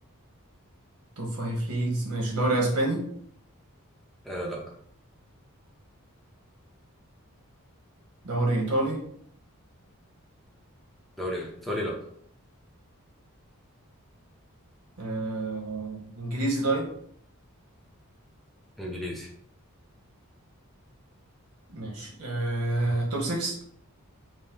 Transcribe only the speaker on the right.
توب فايف ليجز ماشي دوري اسباني
دوري ايطالي
آه. انجليزي طيب
ماشي آه. توب 6